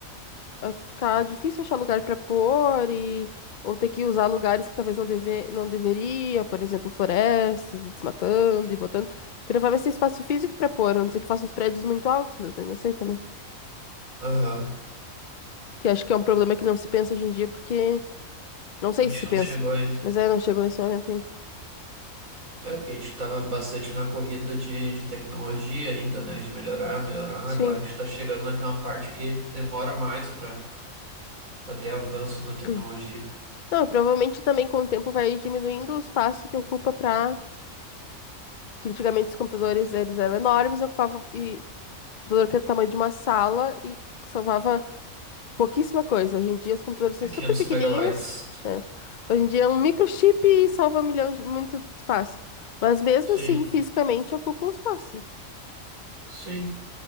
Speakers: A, on the left; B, on the right.
A: a ficar difícil achar lugar para pôr e ou ter que usar lugares que talvez não deve, não deveria, por exemplo, florestas e desmatando e botando. Porque vai ser espaço físico para pôr, a não ser que faça uns prédios muito altos, mas daí não sei também.
B: Aham,
A: Que acho que é um problema que não se pensa hoje em dia, porque não sei
B: A gente
A: se se
B: não
A: pensa,
B: chegou ainda.
A: mas é, não chegou nesse momento ainda.
B: É que a gente estava bastante na corrida de, de tecnologia ainda, né? De melhorar, melhorar.
A: Sim.
B: Agora a gente está chegando naquela parte que demora mais para para ter avanço na tecnologia.
A: <clears throat> Não, provavelmente também com o tempo vai diminuindo o espaço que ocupa para que antigamente os computadores eles eram enormes, e ocupavam e computador que é do tamanho de uma sala e salvava Pouquíssima coisa. Hoje em dia os computadores são
B: É
A: super
B: 500
A: pequenininhos.
B: megabytes.
A: né? Hoje em dia é um microchip e salva um milhão de muito espaço. Mas mesmo
B: Sim,
A: assim, fisicamente ocupa um espaço.
B: sim.